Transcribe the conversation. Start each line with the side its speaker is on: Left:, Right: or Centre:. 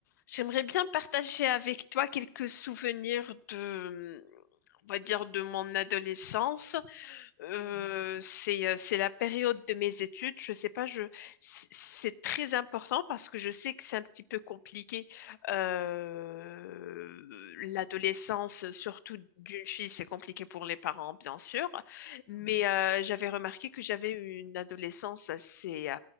Left: J'aimerais bien partager avec toi quelques souvenirs de, on va dire, de mon adolescence. Euh,
Right: Mhm,
Left: c'est, euh, c'est la période de mes études. Je sais pas, je, c'est c'est très important parce que je sais que c'est un petit peu compliqué. Euh,
Right: mhm,
Left: l'adolescence, surtout d'une fille, c'est compliqué pour les parents, bien sûr.
Right: mhm,
Left: Mais euh, j'avais remarqué que j'avais eu une adolescence assez, euh,